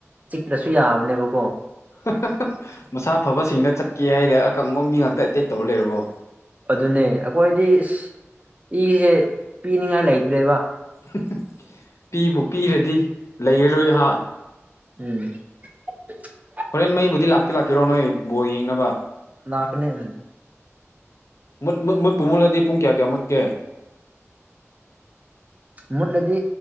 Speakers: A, on the right (about 30°); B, on the left (about 70°).
A: ꯆꯤꯛꯇ꯭ꯔꯁꯨ ꯌꯥꯕꯅꯦꯕꯀꯣ
B: <unintelligible> ꯃꯁꯥ ꯐꯕꯁꯤꯡꯗ ꯆꯠꯀꯦ ꯍꯥꯏꯗ ꯑꯀꯪꯕ ꯃꯤ ꯉꯥꯛꯇ ꯑꯦꯇꯦꯛ ꯇꯧꯔ ꯂꯩꯔꯕꯣ
A: ꯑꯗꯨꯅꯦ ꯑꯈꯣꯏꯗꯤ ꯑꯁ ꯏꯖꯦ ꯄꯤꯅꯤꯡꯉꯥꯏ ꯂꯩꯇ꯭ꯔꯦꯕ
B: <unintelligible> ꯄꯤꯕꯨ ꯄꯤꯔꯗꯤ ꯂꯩꯔꯔꯣꯏ ꯍꯥ
A: ꯎꯝ <inaudible>
B: ꯍꯣꯔꯦꯟ ꯃꯩꯕꯨꯗꯤ ꯂꯥꯛꯇꯤ ꯂꯥꯛꯀꯦꯔꯣ ꯅꯣꯏ ꯕꯣꯜ ꯌꯦꯡꯅꯕ
A: ꯂꯥꯛꯀꯅꯤ
B: ꯃꯨꯠ ꯃꯨꯠ ꯃꯨꯠꯄꯨ ꯃꯨꯠꯂꯗꯤ ꯄꯨꯡ ꯀ꯭ꯌꯥ ꯀ꯭ꯌꯥ ꯃꯨꯠꯀꯦ
A: ꯃꯨꯠꯂꯗꯤ